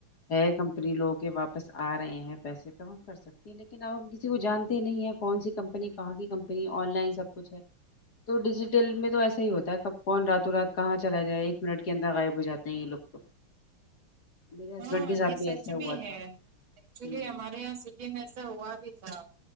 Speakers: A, on the left (about 50°); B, on the right (about 65°).
A: ہے کمپنی لو کے واپس آ رہے ہیں پیسے تو ہم کر سکتے یہ لیکن اب ہم کسی کو جانتے نہیں ہیں کون سی کمپنی کہاں کی کمپنی آن لائن سب کچھ ہے تو ڈیجیٹل میں تو ایسا ہی ہوتا ہے ک کون راتوں رات کہاں چلا جائے ایک منٹ کے اندر غائب ہو جاتے ہیں یہ لوگ تو میرے ہسبینڈ
B: ہاں
A: کے ساتھ
B: یہ سچ
A: ایسا ہوا
B: بھی ہے
A: تھا
B: ایکچولی
A: ہوں
B: ہمارے یہاں میں ایسا ہوا بھی تھا